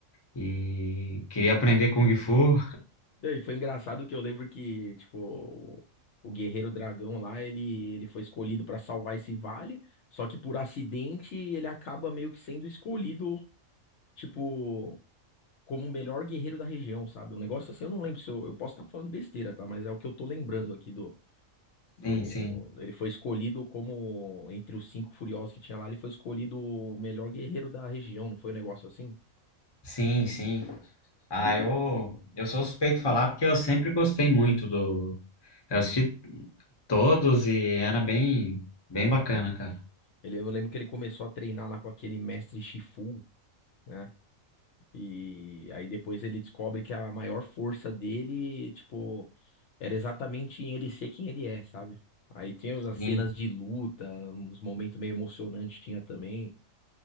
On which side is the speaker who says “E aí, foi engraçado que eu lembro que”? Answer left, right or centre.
Left